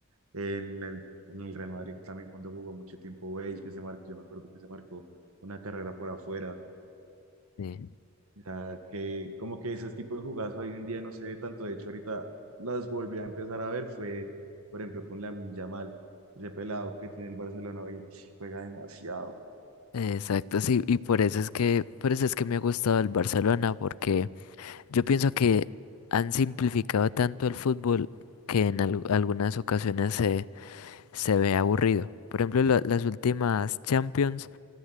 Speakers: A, on the right; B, on the left.
A: en el, en el Real Madrid también cuando jugó mucho tiempo Bale, que se marcó, yo me acuerdo que se marcó una carrera por afuera.
B: Sí.
A: Ya que como que ese tipo de jugadas hoy en día no se ve tanto, de hecho ahorita las volví a empezar a ver, fue por ejemplo con Lamine Yamal, ese pelado que tiene el Barcelona hoy, <sniffs> juega demasiado.
B: Exacto, sí, y por eso es que, por eso es que me ha gustado el Barcelona, porque yo pienso que han simplificado tanto el fútbol que en al- algunas ocasiones se, se ve aburrido. Por ejemplo, la- las últimas Champions,